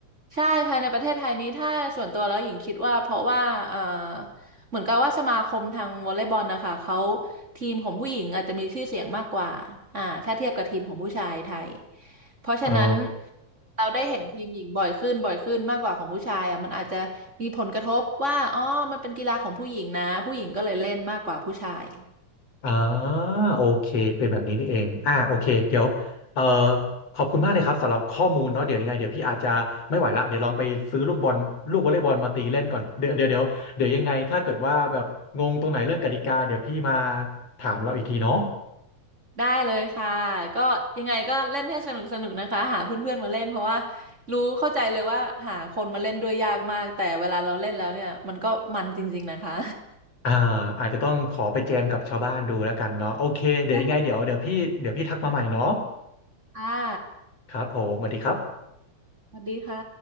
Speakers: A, on the right; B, on the left.
A: ใช่ภายในประเทศไทยนี้ถ้าส่วนตัวแล้วหญิงคิดว่าเพราะว่าเอ่อเหมือนกับว่าสมาคมทางวอลเลย์บอลนะคะเขาทีมของผู้หญิงอาจจะมีชื่อเสียงมากกว่าอ่าถ้าเทียบกับทีมของผู้ชายไทย เพราะฉะนั้น
B: อ๋อ
A: เราได้เห็นทีมหญิงบ่อยขึ้นบ่อยขึ้นมากกว่าของผู้ชายอ่ะมันอาจจะมีผลกระทบว่าอ๋อมันเป็นกีฬาของผู้หญิงนะผู้หญิงก็เลยเล่นมากกว่าผู้ชาย
B: อ๋อโอเคเป็นแบบนี้นี่เองอ่าโอเคเดี๋ยวเอ่อขอบคุณมากเลยครับสำหรับข้อมูลเนาะเดี๋ยวยังไงเดี๋ยวพี่อาจจะไม่ไหวละเดี๋ยวลองไปซื้อลูกบอลลูกวอลเลย์บอลมาตีเล่นก่อนเดี๋ยวเดี๋ยวเดี๋ยวเดี๋ยวยังไงถ้าเกิดว่าแบบงงตรงไหนเรื่องกติกาเดี๋ยวพี่มาถามเราอีกทีเนาะ
A: ได้เลยค่ะก็ยังไงก็เล่นให้สนุกสนุกนะคะหาเพื่อนๆมาเล่นเพราะว่ารู้เข้าใจเลยว่าหาคนมาเล่นด้วยยากมากแต่เวลาเราเล่นแล้วเนี่ยมันก็มันจริงๆนะคะ
B: อ่าอาจจะต้องขอไปแจมกับชาวบ้านดูแล้วกันเนาะโอเคเดี๋ยวยังไงเดี๋ยวเดี๋ยวพี่เดี๋ยวพี่ทักมาใหม่เนาะ
A: <laughs> ใช่ค่ะ
B: ครับผมสวัสดีครับ
A: สวัสดีค่ะ